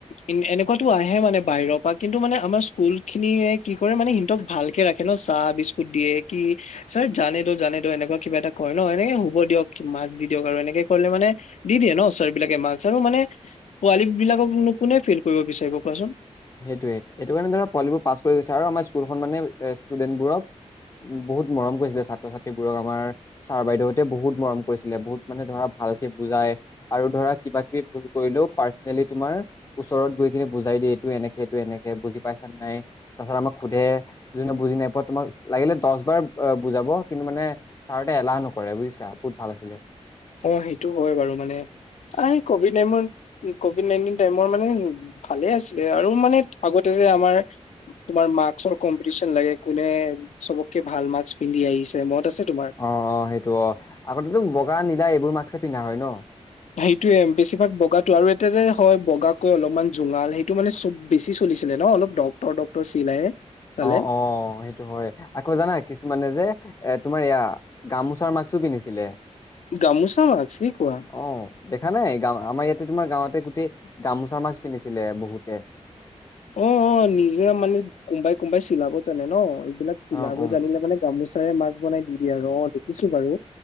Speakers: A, on the left (about 75°); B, on the left (about 25°).
A: উম এনেকুৱাতো আহে মানে বাহিৰৰ পৰা কিন্তু মানে আমাৰ স্কু স্কুল খিনিয়ে কি কৰে মানে সিহঁতক ভালকে ৰাখে ন চাহ বিস্কুট দিয়ে কি ছাৰ জানে তো জানে এটো এনেকুৱা কিবা এটা কয় ন, এনে হ'ব দিয়ক কি মাৰ্ক্স দি দিয়ক আৰু এনেকে কৰিলে মানে দি দিয়ে ন। বিলাকে মাৰ্ক্স আৰু মানে পোৱালী বিলাকক নো কোনে ফেইল কৰিব বিচাৰিব কোৱাচোন?
B: সেইটোৱে, এইটো কাৰণে ধৰা পোৱালিবোৰ পাছ কৰি গৈছে আৰু আমাৰ স্কুলখন মানে ষ্টুডেন্টবোৰক উ বহুত মৰম কৰিছিলে ছাত্ৰ -ছাত্ৰীবোৰক আমাৰ ছাৰ- বাইদেউহতে বহুত মৰম কৰিছিলে বহুত মানে ধৰা ভালকে বুজাই আৰু ধৰা কিবা কিবি ভুল কৰিলেও পাৰ্চনেলি তোমাৰ ওচৰত গৈ কেনে বুজাই দিয়ে। এটো এনেকে এটো এনেকে, বুজি পাইছা নাই? তাৰ পাছত আমাক সোধে যোনে বুজি নাই পোৱা তোমাক লাগিলে দশ বাৰ বুজাব কিন্তু মানে ছাৰহতে এলাহ নকৰে বুজিছা বহুত ভাল আছিলে
A: অ সেইটো হয় বাৰু মানে আহ কভিড নাইনৰ কভিড নাইনটিন টাইমৰ মানে ভাল ভালে আচিলে আৰু মানে আগতে যে আমাৰ তোমাৰ মাস্কৰ কম্পিটিচন লাগে কোনে চবতকে ভাল মাস্ক পিন্ধি আহিছে মনত আছে তোমাৰ?
B: অ, অ সেইটো অ আগতেটো বগা, নীলা এইবোৰ মাস্ক পিন্ধা হয় ন।
A: সেইটোয়ে বেছিভাগ বগাটো আৰু এটা যে হয় বগাকৈ অলপমান জোঙাল সেইটো মানে চব বেছি চ দিছিলে ন অলপ ডক্তৰ - ডক্তৰ ফিল আহে চালে
B: অ, অ, সেইটো হয় আকৌ জানা কিছুমানে যে এ তোমাৰ এয়া গামোচাৰ মাস্কো পিন্ধিছিলে
A: গামোচা মাস্ক, কি কোৱা?
B: অ দেখা নাই? গাঁও আমাৰ ইয়াতে তোমাৰ গাঁৱতে গোটেই গামোচা মাস্ক পিন্ধিছিলে বহুতে।
A: অ, অ, নিজে মানে কোনবাই কোনবাই চিলাব জানে ন। এইবিলাক চিলাব
B: অ অ
A: জানিলে মানে গামোচাৰে মাস্ক বনাই দি দিয়ে আৰু অ দেখিছো বাৰু